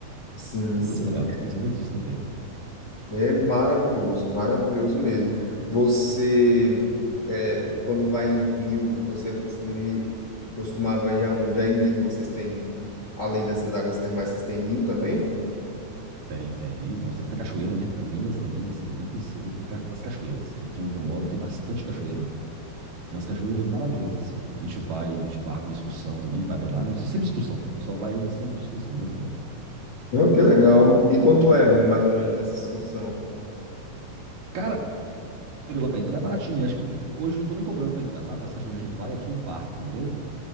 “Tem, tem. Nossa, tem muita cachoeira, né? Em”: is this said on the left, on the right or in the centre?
Right